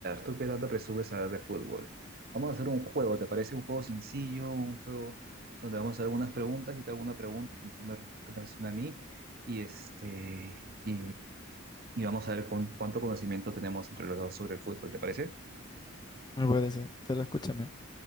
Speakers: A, on the right; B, on the left.
A: ¿Tú qué tanto presumes saber de fútbol? Vamos a hacer un juego, ¿te parece un juego sencillo? Un juego donde vamos a hacer algunas preguntas, yo te hago una pregunta, tú tú me, tú me haces una a mí, y, este, y, y vamos a ver cuán- cuánto conocimiento tenemos entre los dos sobre el fútbol, ¿te parece?
B: Me parece, pero escúchame,